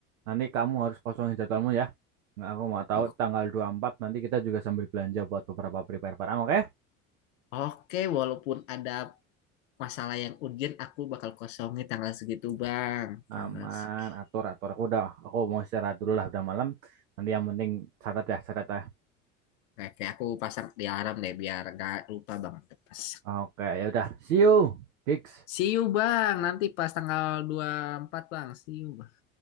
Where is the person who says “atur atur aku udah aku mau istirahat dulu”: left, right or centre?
Right